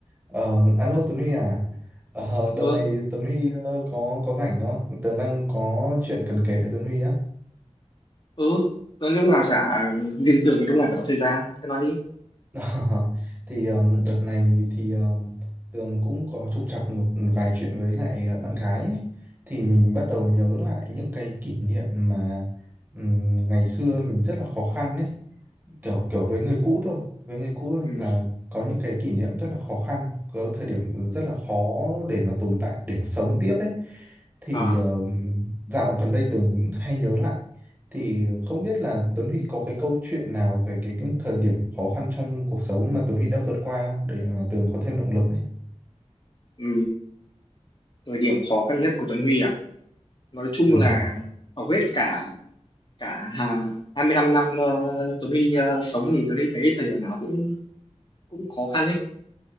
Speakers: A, on the right; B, on the left.
A: Ờ, alo Tuấn Huy à? Ờ, đợt
B: ừ
A: này Tuấn Huy ờ, có có rảnh không? Tớ đang có chuyện cần kể với Tuấn Huy á.
B: ừ Rồi lúc nào chả riêng tưởng thì lúc nào chả có thời gian cứ nói đi
A: <laughs> Thì ờm, đợt này thì ờm, Tường cũng có trục trặc một vài chuyện với lại ờ, bạn gái ấy. Thì mình bắt đầu nhớ lại những cái kỷ niệm mà ừm, ngày xưa mình rất là khó khăn ấy. kiểu kiểu với người cũ thôi với người cũ thôi
B: ừ.
A: là có những cái kỷ niệm rất là khó khăn có thời điểm rất là khó để mà tồn tại để mà sống tiếp ấy thì
B: à
A: ờm, dạo gần đây Tường hay nhớ lại thì không biết là Tuấn Huy có cái câu chuyện nào về cái, cái thời điểm khó khăn trong cuộc sống mà Tuấn Huy đã vượt qua không? để mà Tường có thêm động lực ấy
B: ừ. thời điểm khó khăn nhất của Tuấn Huy à nói chung
A: ừ
B: là hầu hết cả cả hà- 25 năm ờ, Tuấn Huy ờ, sống thì Tuấn Huy thấy thời điểm nào cũng cũng khó khăn ấy